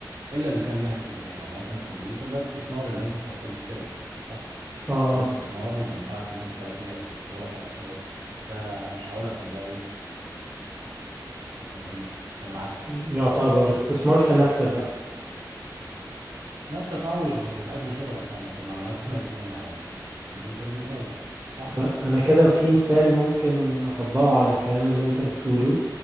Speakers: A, on the right; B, on the right.
A: إلا إذا كان ليها استخدام يعني مثلا الكمبيوتر ده استثمار اللي أنت بتحتاجه في شغلك صح
B: اه آه.
A: فده استثمار وبينفعك إن أنت تأدي شغلك على أكمل وجه ده مش هقولك إن ده إيه مصاريف ده بالعكس
B: يعتبر
A: أنت
B: استثمار في نفسك بقى
A: نفسك اه وال- ولاجل شغلك يعني انت المعلومات كلها
B: أمم.
A: بتجيبها من على الكمبيوتر والموبايل صح؟
B: طب انا كده في مثال ممكن اطبقه على الكلام اللي انت بتقوله